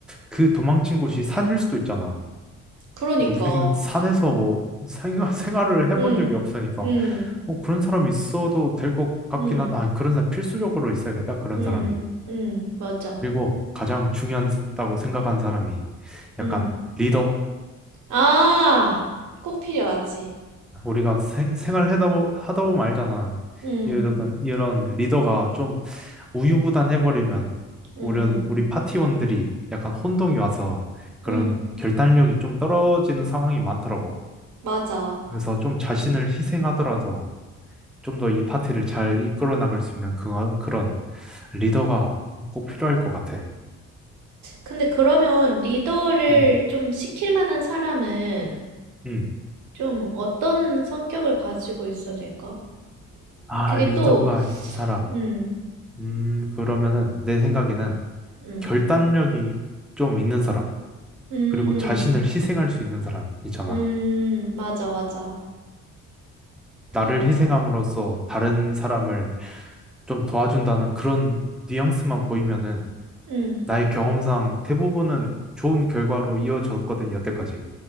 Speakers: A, in the centre; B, on the right.
A: 그 도망친 곳이 산일 수도 있잖아.
B: 그러니까,
A: 근데 우리는 산에서 뭐 생활, <laughs> 생활을 해본
B: 응,
A: 적이 없으니까
B: 응,
A: 어, 그런 사람이 있어도 될 것 같긴
B: 응,
A: 하다. 아, 그런 사람 필수적으로 있어야겠다. 그런
B: 응,
A: 사람이.
B: 응, 맞아,
A: 그리고 가장 중요하다고 생각하는 사람이 약간
B: 응.
A: 리더?
B: 아, 꼭 필요하지.
A: 우리가 세- 생활하다 보, 하다 보면 알잖아.
B: 응,
A: 이런, 이런 리더가 좀 우유부단해버리면
B: 응,
A: 우리,
B: 응,
A: 우리 파티원들이 약간 혼동이 와서 그런
B: 응,
A: 결단력이 좀 떨어지는 상황이 많더라고.
B: 맞아.
A: 그래서 좀 자신을 희생하더라도 좀 더 이 파티를 잘 이끌어 나갈 수 있는 그, 그런 리더가 꼭 필요할 것 같아.
B: 근데 그러면 리더를
A: 음,
B: 좀 시킬 만한 사람은
A: 음.
B: 좀 어떤 성격을 가지고 있어야 될까?
A: 아,
B: 그게
A: 리더가
B: 또,
A: 이 사람.
B: 음,
A: 음, 그러면은 내 생각에는
B: 음,
A: 결단력이 좀 있는 사람,
B: 음,
A: 그리고 자신을 희생할 수 있는 사람 있잖아.
B: 음, 맞아, 맞아. 그래,
A: 나를
B: 맞아.
A: 희생함으로써 다른 사람을 좀 도와준다는 그런 뉘앙스만 보이면은
B: 음,
A: 나의 경험상 대부분은 좋은 결과로 이어졌거든, 여태까지.